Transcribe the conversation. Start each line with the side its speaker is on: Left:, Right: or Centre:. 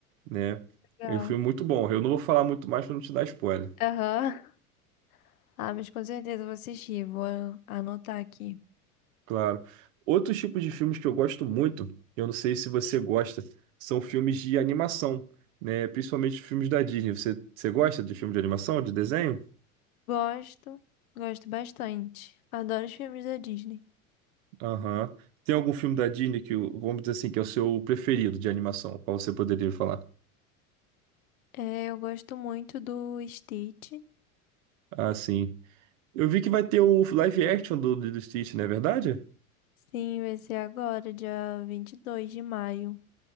Right: né?
Left: legal.
Right: É um filme muito bom. Eu não vou falar muito mais para não te dar spoiler.
Left: Aham. <laughs> Ah, mas com certeza eu vou assistir, vou anotar aqui.
Right: Claro. Outros tipos de filmes que eu gosto muito, eu não sei se você gosta, são filmes de animação, né? Principalmente filmes da Disney. Você, você gosta de filme de animação, de desenho?
Left: Gosto, gosto bastante. Adoro os filmes da Disney.
Right: Aham. Tem algum filme da Disney que, o- vamos dizer assim, que é o seu preferido de animação? Qual você poderia falar?
Left: É, eu gosto muito do Stitch.
Right: Ah, sim. Eu vi que vai ter o live action do, do Stitch, não é verdade?
Left: Sim, vai ser agora, dia 22 de maio.